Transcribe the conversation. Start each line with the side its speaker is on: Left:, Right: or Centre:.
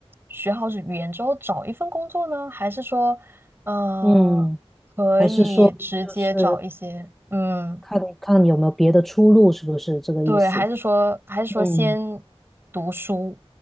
Right: 学好语言之后找一份工作呢，还是说，嗯、
Centre: 嗯，
Right: 可以直接找一些，
Centre: 还是说就是
Right: 嗯，
Centre: 看看有没有别的出路，是不是这个意思？
Right: 对，还是说还是说先
Centre: 嗯，
Right: 读书，